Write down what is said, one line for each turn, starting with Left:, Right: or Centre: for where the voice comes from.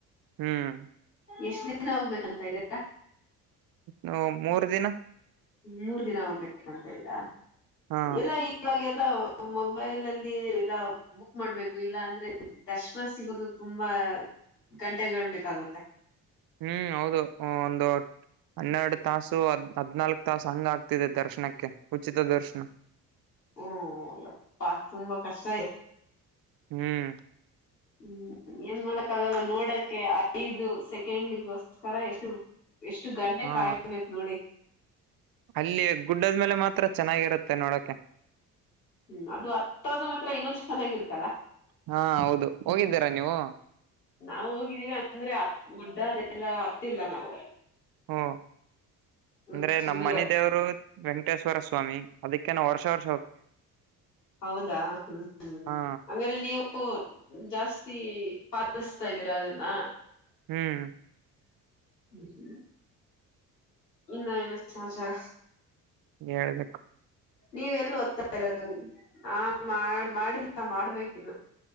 Right: ಹ್ಮ್
Left: ಎಷ್ಟ ದಿನ ಏನ ಹೋಗ್ಬೇಕಂತ ಇರ
Right: ಹ ಮೂರು ದಿನ
Left: ಮೂರ್ ದಿನ ಹೋಗ್ಬೇಕಂತ ಇದ್ರಾ
Right: ಹಾ
Left: ಎಲ್ಲ ಇವಾಗ ಮೊಬೈಲ್ ಅಲ್ಲಿ ಎಲ್ಲ ಬುಕ್ ಮಾಡ್ಬೇಕು ಇಲ್ಲ ಅಂದ್ರೆ ದರ್ಶನ ಸಿಗೋದು ತುಂಬಾ ಗಂಟೆಗಳುಬೇಕಾಗುತ್ತೆ
Right: ಹ್ಮ್ ಹೌದು ಒಂದು ಹನ್ನೆರಡು ತಾಸು ಹದ್ ಹದ್ನಾಲ್ಕ ತಾಸು ಹಂಗ ಆಗ್ತಿದೆ ದರ್ಶನಕ್ಕೆ ಉಚಿತ ದರ್ಶನ
Left: ಹ್ಮ ಅಪ್ಪಾ ತುಂಬಾ ಕಷ್ಟ ಇದೆ
Right: ಹ್ಮ್
Left: ಹ್ಮ್ ಏನ್ ಮಾಡಕ್ ಆಗಲ್ಲ ನೋಡಕ್ಕೆ ಐದು ಸೆಕೆಂಡಗಗೋಸ್ಕರ ಎಷ್ಟು ಎಷ್ಟು ಗಂಡೆ
Right: ಹಾ
Left: ಕಾಯಬೇಕು ನೋಡಿ
Right: ಅಲ್ಲಿ ಗುಡ್ಡದ್ಮೇಲೆ ಮಾತ್ರ ಚೆನ್ನಾಗಿರುತ್ತೆ ನೋಡಕೆ
Left: ಹ್ಮ್ ಅದು ಹತ್ತದ ಮಾತ್ರ ಇನ್ನೂ ಚೆನ್ನಾಗಿರ್ತಲ್ಲ
Right: ಹಾ ಹೌದು ಹೋಗಿದ್ದೀರಾ ನೀವು
Left: ನಾವು ಹೋಗಿದ್ದೀವಿ ಅಂದ್ರೆ ಗುಡ್ಡ ಅದೆಲ್ಲ ಹತ್ತಿಲ್ಲ ನಾವು
Right: ಹಓ
Left: ಹ್ಮ್
Right: ಅಂದ್ರೆ
Left: ಸುಮ್ನೆ
Right: ನಮ್ಮ ಮನೆ ದೇವರು ವೆಂಕಟೇಶ್ವರ ಸ್ವಾಮಿ ಅದಕ್ಕೆ ನಾವು ವರ್ಷ ಸರ್ಷ
Left: ಹೌದಾ ಹ್ಮ ಹ್ಮ
Right: ಹಾ
Left: ಅ್ರೆ ನೀವು ಹ ಜಾಸ್ತಿ ಪಾಲಸ್ತಾ್ದೀರಾ ಅದನ್ನ
Right: ಹ್ಮ್
Left: ಹ ಇನ್ನ ಏನು ಸಮಾಚಾರ
Right: ಹೇಳ್ಬೇಕಕ್ಕು
Left: ನೀವ ಎಲ್ಲಿ ಓದ್ತಾ ಇರೋದುಗೆ ಹಾ ಮಾಡ ಮಾಡಿಲ್ಲ ಮಾಡ್ಬೇಕೇ ಇನ್ನು